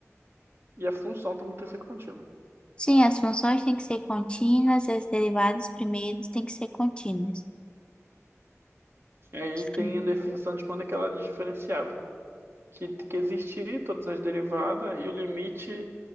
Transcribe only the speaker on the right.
E a função também tem que ser contínua.
E aí tem
a definição de quando é que ela é diferenciável, que tem que existir todas as derivadas e o limite